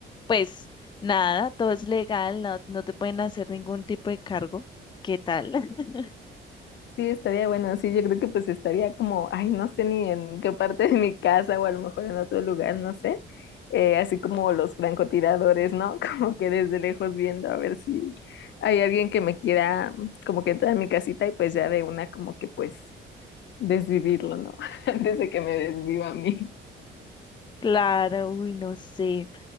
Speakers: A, on the left; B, on the left.
A: pues nada, todo es legal, no, no te pueden hacer ningún tipo de cargo. ¿Qué tal? <laughs>
B: Sí, estaría bueno. Sí, yo creo que pues estaría como, ay, no sé ni en qué parte de mi casa o a lo mejor en otro lugar, no sé. Eh, así como los francotiradores, ¿no? <laughs> Como que desde lejos viendo a ver si hay alguien que me quiera mm, como que entrar a mi casita y pues ya de una como que pues desvivirlo, ¿no? <laughs> Antes de que me desviva a mí.
A: Claro, uy, no sé.